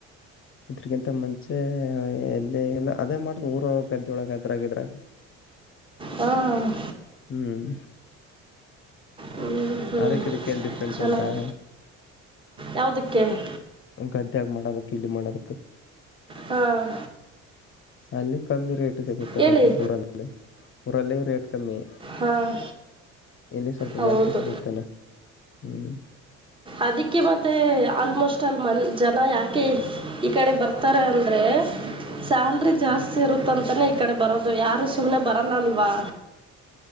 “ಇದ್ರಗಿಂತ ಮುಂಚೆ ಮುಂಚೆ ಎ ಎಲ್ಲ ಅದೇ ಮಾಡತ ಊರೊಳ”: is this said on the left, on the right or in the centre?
Left